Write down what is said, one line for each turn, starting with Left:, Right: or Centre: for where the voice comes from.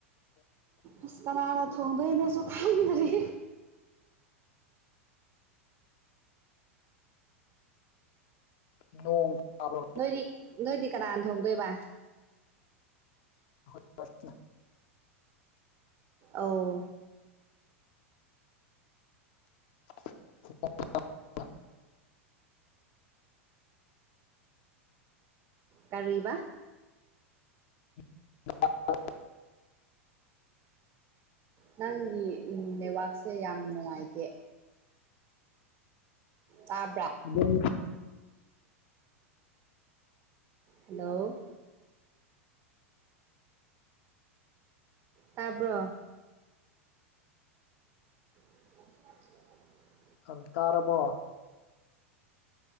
Right: ꯑꯁ ꯀꯅꯥꯅ ꯊꯣꯡꯗꯣꯏꯅꯣꯁꯨ ꯈꯪꯗꯔꯤ
Left: ꯅꯣꯡ ꯇꯥꯕ꯭ꯔꯣ
Right: ꯅꯣꯏꯗꯤ ꯅꯣꯏꯗꯤ ꯀꯅꯥꯅ ꯊꯣꯡꯗꯣꯏꯕ
Left: <inaudible>
Right: ꯑꯧ
Left: <unintelligible>
Right: ꯀꯔꯤꯕ
Left: <unintelligible>
Right: ꯅꯪꯒꯤ ꯅꯦꯠꯋꯥꯛꯁꯦ ꯌꯥꯝ ꯅꯨꯡꯉꯥꯏꯇꯦ ꯇꯥꯕ꯭ꯔꯥ
Left: ꯑꯗꯨꯝ
Right: ꯍꯜꯂꯣ ꯇꯥꯕ꯭ꯔꯣ <inaudible>
Left: ꯑꯪ ꯇꯥꯔꯕꯣ